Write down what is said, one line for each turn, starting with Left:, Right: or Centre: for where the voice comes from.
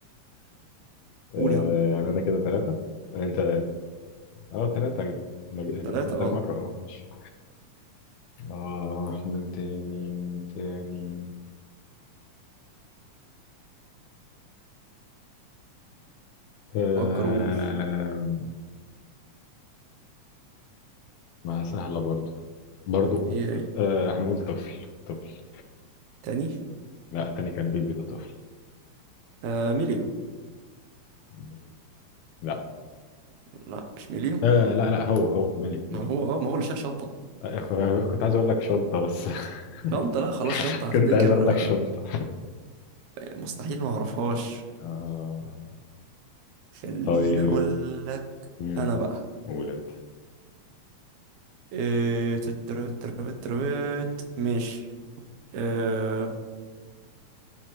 Left: آه،
Right: قول يا عم
Left: يعني أنا كده ثلاثة أنت أه ثلاثة جبت ما ج-
Right: ثلاثة
Left: جبتهم
Right: اه
Left: تاني مرة أه ماشي آه مين تاني مين تاني آه
Right: فكر وقول
Left: ما سهلة برضو برضو
Right: ايه
Left: آه هنقول طفل طفل
Right: تاني
Left: لا التاني كان بيبي ده طفل
Right: آه مليو
Left: ميليو لا
Right: لا مش مليون
Left: آه لا لا هو هو مليو مليو
Right: ما هو اه ما هو اللي شال شنطة
Left: آه، كنت عايز اقول لك شنطة بس <laughs>
Right: شنطة لا خلاص شنطة هفتكر
Left: كنت عايز اقول لك شنطة
Right: آه، مستحيل ما اعرفهاش
Left: آه
Right: خليني
Left: طيب
Right: اقول لك
Left: مم،
Right: انا بقى
Left: قول انت
Right: إيه تتربت تربت تربت ماشي إيه